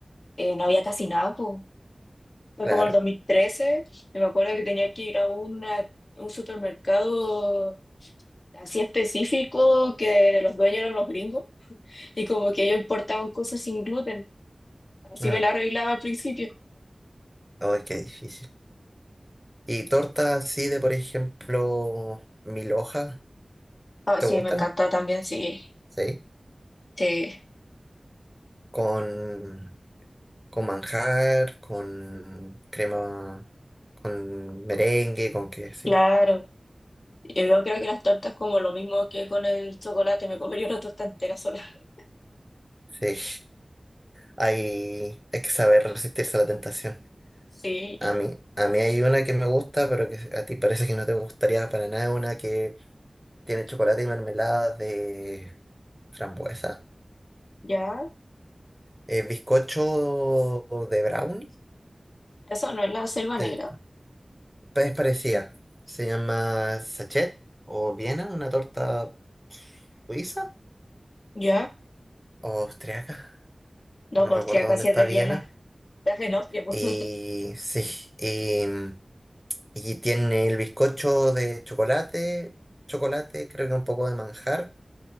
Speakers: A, on the left (about 60°); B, in the centre.
A: eh, no había casi nada, pues. Fue
B: Claro.
A: como el 2013, y me acuerdo que tenía que ir a una- un supermercado así específico que los dueños eran los gringos y como que ellos importaban cosas sin gluten. Así
B: Mm.
A: me la arreglaba al principio.
B: Ay, qué difícil. ¿Y tortas así de, por ejemplo, mil hojas?
A: Ah,
B: ¿Te
A: sí,
B: gustan?
A: me encanta también, sí.
B: Sí.
A: Sí,
B: Con, con manjar, con crema, con merengue, con qué, sí.
A: claro. Yo creo que las tortas como lo mismo que con el chocolate, me comería una torta entera sola. <laughs>
B: Sí. Hay, hay que saber resistirse a la tentación.
A: Sí,
B: A mí, a mí hay una que me gusta, pero que a ti parece que no te gustaría para nada, una que tiene chocolate y mermelada de frambuesa.
A: ya.
B: Eh, bizcocho de brownie,
A: Eso no es la selva negra.
B: de- es parecida. Se llama sachet o Viena, una torta suiza
A: Ya.
B: o austriaca.
A: No,
B: No
A: pues
B: recuerdo
A: austríaca
B: dónde
A: sí
B: está
A: es de
B: Viena.
A: Viena. Es en Austria, pues.
B: Y
A: <laughs>
B: sí, y, y tiene el bizcocho de chocolate, chocolate, creo que un poco de manjar.